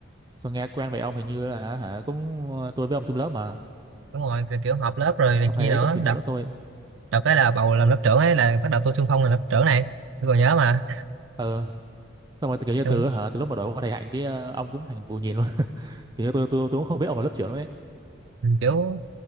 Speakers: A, on the right; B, on the right.
A: Sao nghe quen vậy ông hình như là hả cũng tôi với ông chung lớp mà
B: đúng rồi kiểu, kiểu họp lớp rồi này
A: ông
B: kia
A: thầy đấy
B: nữa
A: cũng chủ nhiệm
B: đợt
A: lớp tôi
B: đợt cái là bầu làm lớp trưởng ấy là bắt đầu tôi xung phong làm lớp trưởng này tôi còn nhớ mà
A: ờ xong rồi từ kiểu như
B: Xong,
A: từ hả từ lúc mà đổi qua thầy Hạnh cái ờ, ông cũng thành bù nhìn luôn <laughs> kiểu như tôi tôi tôi cũng không biết ông là lớp trưởng luôn đấy
B: ừ, kiểu